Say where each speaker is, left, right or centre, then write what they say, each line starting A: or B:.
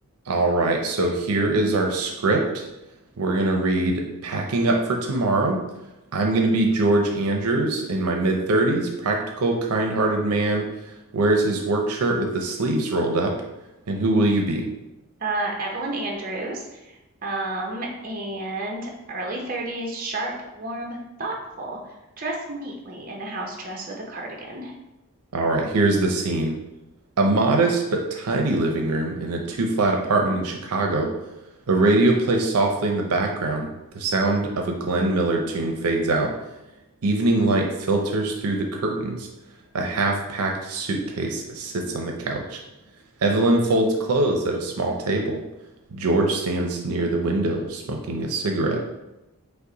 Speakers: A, on the right (about 85°); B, on the right (about 40°).
A: All right, so here is our script. We're going to read Packing Up for Tomorrow. I'm going to be George Andrews in my mid 30s, practical, kind hearted man, wears his work shirt with the sleeves rolled up. And who will you be?
B: uh, Evelyn Andrews, um, and early 30s, sharp, warm, thoughtful, dressed neatly in a house dress with a cardigan.
A: All right, here's the scene a modest but tidy living room in a two flat apartment in Chicago. A radio plays softly in the background. The sound of a Glenn Miller tune fades out. Evening light filters through the curtains. A half-packed suitcase sits on the couch. Evelyn folds clothes at a small table. George stands near the window smoking a cigarette.